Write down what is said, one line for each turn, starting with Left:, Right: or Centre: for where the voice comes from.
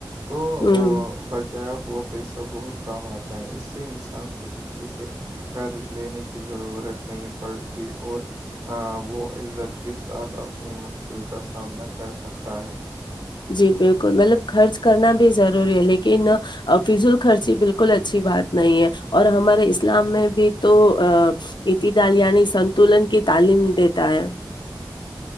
Right: تو
Left: ہوں
Right: ا بچ چایا ہوا پیسہ بہت کام آتا ہے اس سے انسان کو کسی سے قرض لینے کی ضرورت نہیں پڑتی اور وہ عزت کے ساتھ اپنی مشکل کا سامنا کر سکتا ہے
Left: جی بالکل مطلب خرچ کرنا بھی ضروری ہے لیکن فضول خرچی بالکل اچھی بات نہیں ہے اور ہمارے اسلام میں بھی تو ا اعتدال یعنی سنتولن کی تعلیم دیتا ہے